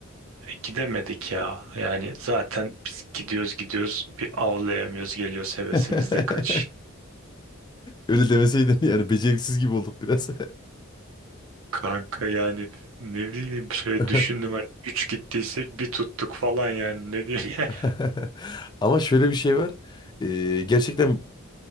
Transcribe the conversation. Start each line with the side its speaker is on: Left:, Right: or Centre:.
Right: gidemedik ya. Yani zaten biz gidiyoruz gidiyoruz bir avlayamıyoruz geliyoruz hevesimiz
Left: <laughs>
Right: de kaç.
Left: Öyle demeseydin yani beceriksiz gibi olduk biraz.
Right: Kanka yani ne bileyim şöyle
Left: <laughs>
Right: düşündüm hani 3 gittiysek bir tuttuk falan yani ne diyeyim. <laughs>
Left: <laughs> Ama şöyle bir şey var. Ee, gerçekten